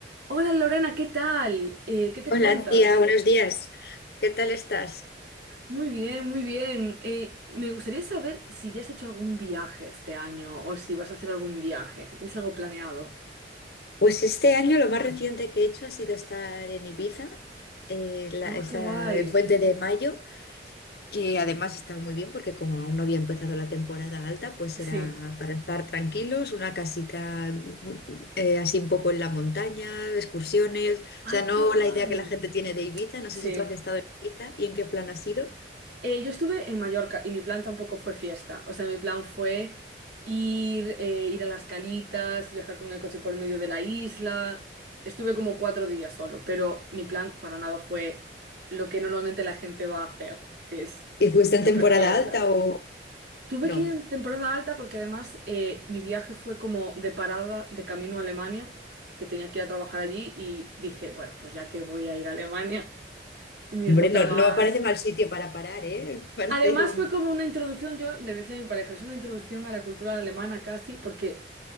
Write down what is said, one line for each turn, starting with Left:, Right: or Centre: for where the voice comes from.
Right: Hola Lorena, ¿qué tal? Eh, ¿qué te
Left: Hola
Right: cuentas?
Left: tía, buenos días. ¿Qué tal estás?
Right: Muy bien, muy bien. Eh, me gustaría saber si ya has hecho algún viaje este año o si vas a hacer algún viaje, si tienes algo planeado.
Left: Pues este año lo más reciente que he hecho ha sido estar en Ibiza, eh, la-
Right: ¡Oh,
Left: esta-
Right: qué guay!
Left: el puente de mayo, que además está muy bien porque como aún no había empezado la temporada alta, pues
Right: Sí.
Left: era para estar tranquilos, una casita mm, eh, así un poco en la montaña, excursiones, o
Right: ¡Ay,
Left: sea, no
Right: qué guay!
Left: la idea que la gente tiene de Ibiza, no
Right: Sí.
Left: sé si tú has estado en Ibiza y en qué plan has ido.
Right: Eh, yo estuve en Mallorca y mi plan tampoco fue fiesta. O sea, mi plan fue ir, eh, ir a las calitas, viajar con el coche por el medio de la isla. Estuve como cuatro días solo, pero mi plan para nada fue lo que normalmente la gente va a hacer, que es
Left: ¿Y fuiste en
Right: súper
Left: temporada
Right: fiesta.
Left: alta o
Right: Tuve
Left: no?
Right: que ir en temporada alta porque además eh, mi viaje fue como de parada de camino a Alemania, que tenía que ir a trabajar allí y dije, bueno, pues ya que voy a ir a Alemania, <laughs> mi
Left: Hombre,
Right: ruta
Left: no,
Right: más
Left: no me parece mal sitio para parar, ¿eh? <laughs> Para
Right: Además
Left: hacer un...
Right: fue como una introducción, yo le decía a mi pareja, es una introducción a la cultura alemana casi, porque